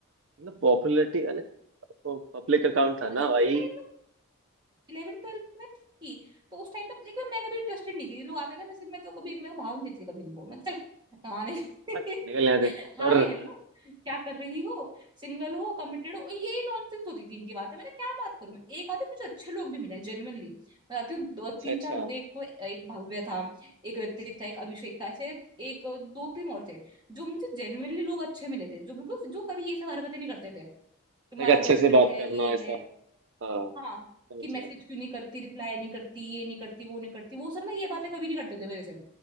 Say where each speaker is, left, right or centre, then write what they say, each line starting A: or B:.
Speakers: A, on the right (about 65°); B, on the right (about 20°).
A: मतलब पॉपुलैरिटी अरे पब्लिक अकाउंट था ना
B: स्कूल
A: भाई
B: टाइम इलेवन ट्वेल्थ में थी तो उस टाइम पे लेकिन मैं कभी इंटरेस्टेड नहीं थी लोग आते थे मैं सिर्फ मैं तो कभी मेरे को भाव नहीं देती थी कभी इनको मैं चल आने
A: हट, निकल यहाँ से
B: <laughs>
A: पर
B: हाय हेलो क्या कर रही हो सिंगल हो कमिटेड हो यही नॉनसेंस होती थी इनकी बातें मैंने क्या बात करूं मैं एक आधे मुझे अच्छे लोग भी मिले जेन्युइनली मैं जाती हूँ दो
A: अच्छा
B: तीन
A: अच्छा
B: चार लोग हैं। एक तो एक भव्य था एक ऋतिक था एक अभिषेक था ऐसे एक दो तीन और थे जो मुझे जेन्युइनली लोग अच्छे मिले थे जो बिल्कुल जो कभी ये सब हरकतें नहीं करते थे तुम्हारा
A: लाइक अच्छे
B: बॉयफ्रेंड
A: से बात
B: है
A: करना
B: ये
A: है सब
B: है
A: हाँ
B: हाँ
A: समझ
B: कि मैसेज
A: गया
B: क्यों नहीं करती रिप्लाई नहीं करती ये नहीं करती वो नहीं करती वो सब ना ये बातें कभी नहीं करते थे मेरे से